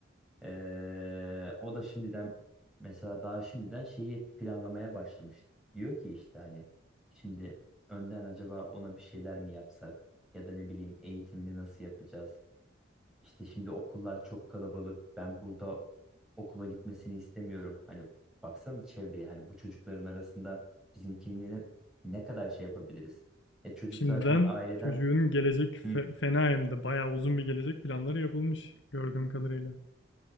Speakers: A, in the centre; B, on the left (about 65°).
A: Ee, o da şimdiden mesela daha şimdiden şeyi planlamaya başlamış. Diyor ki işte hani şimdi önden acaba ona bir şeyler mi yapsak ya da ne bileyim eğitimini nasıl yapacağız? İşte şimdi okullar çok kalabalık. Ben burada okula gitmesini istemiyorum. Hani baksana çevreye hani bu çocukların arasında bizimkini ne, ne kadar şey yapabiliriz? E çocuk
B: Şimdiden
A: zaten aileden
B: çocuğun gelecek fe-
A: hı,
B: fena hem de bayağı uzun bir gelecek planları yapılmış gördüğüm kadarıyla.